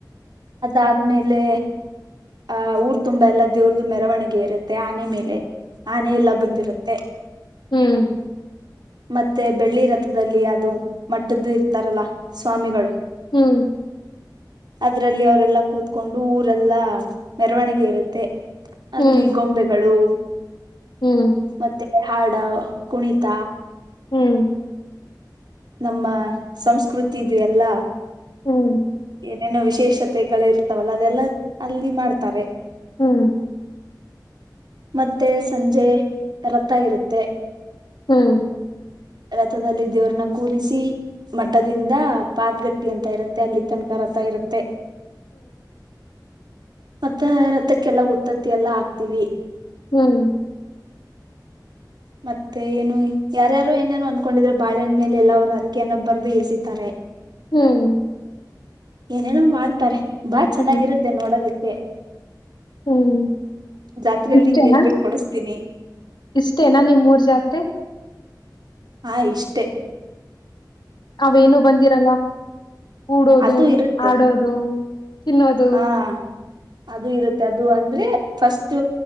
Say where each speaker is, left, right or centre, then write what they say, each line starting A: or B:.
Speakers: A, on the right; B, on the left.
A: ಅದಾದ್ಮೇಲೆ ಆ ಊರ್ ತುಂಬಾ ಎಲ್ಲ ದೇವ್ರ್ದು ಮೆರವಣಿಗೆ ಇರುತ್ತೆ ಆನೆ ಮೇಲೆ. ಆನೆ ಎಲ್ಲ ಬಂದಿರುತ್ತೆ.
B: ಹ್ಮ್
A: ಮತ್ತೆ ಬೆಳ್ಳಿ ರಥದಲ್ಲಿ ಅದು ಮಟ್ಟದ್ದು ಇರ್ತಾರಲ್ಲ ಸ್ವಾಮಿಗಳು
B: ಹ್ಮು
A: ಅದ್ರಲ್ಲಿ ಅವರೆಲ್ಲಾ ಕೂತ್ಕೊಂಡು ಊರೆಲ್ಲಾ ಮೆರವಣಿಗೆ ಇರುತ್ತೆ. ಅಲ್ಲಿ
B: ಹ್ಮ್
A: ಗೊಂಬೆಗಳು
B: ಹ್ಮ್
A: ಮತ್ತೆ ಹಾಡ ಕುಣಿತ
B: ಹ್ಮ್ ಹ್ಮ್
A: ನಮ್ಮ ಸಂಸ್ಕೃತಿಿದು ಎಲ್ಲಾ
B: ಹ್ಮ್
A: ಏನೇನುೋ ವಿಶೇಷತೆಗಳು ಇರ್ತವಲ್ಲ ಅದೆಲ್ಲಾ ಅಲ್ಲಿ ಮಾಡ್ತಾರೆ
B: ಹ್ಮ್
A: ಮತ್ತೆ ಸಂಜೆ ರಥ ಇರುತ್ತೆ
B: ಹ್ಮ್
A: ರಥದಲ್ಲಿ ದೇವ್ರನ ಕೂರಿಸಿ ಮಠದಿಂದ ಪಾತ್ಗಟ್ಟಿ ಅಂತ ಇರುತ್ತೆ ಅಲ್ಲಿ ತನ್ಕಾರತ ಇರುತ್ತೆ ಮತ್ತ ರಥಕ್ಕೆಲ್ಲಾ ಉತ್ತತ್ತಿ ಎಲ್ಲ ಹಾಕ್ತಿೀವಿ
B: ಹ್ಮ್
A: ಮತ್ತೆ ಏನು ಯಾರ್ಯಾರು ಏನೇನು ಅನ್ಕೊಂಡಿದ್ರೆ ಬಾಳೆ ಮೇಲೆ ಎಲ್ಲ ಅವ ಅರಕೆನ್ನೊಬ್ಬರ್ದು ಎಸಿತಾರೆ
B: ಹ್ಮ್
A: ಏನೇನೋ ಮಾಡ್ತಾರೆ ಬಾ ಚೆನ್ನಾಗಿರುತ್ತೆ
B: ಹ್ಮ್ ಹ್ಮ್
A: ನೋಡೋದಕ್ಕೆ
B: ಹ್ಮ್
A: ಜಾತ್ರೆಯಲ್ಲಿ
B: ಇಷ್ಟೇನಾ
A: ನಿಂಗ ನ್ ಬೇು ಕೊಡಸ್ತೀನಿ
B: ಇಷ್ಟೇನಾ ನಿಮ್ಮ್ೂರ್ ಜಾತ್ರೆ
A: ಆ ಇಷ್ಟೆ
B: ಅವೇನು ಬಂದಿರಲ್ಲ ಕೂಡೋದು
A: ಅದು ಇರುತ್ತೆ
B: ಆಡೋದು ತಿನ್ನೋದು
A: ಹಾ ಅದು ಇರುತ್ತೆ ಅದು ಅಂದ್ರೆ ಫಸ್ಟ್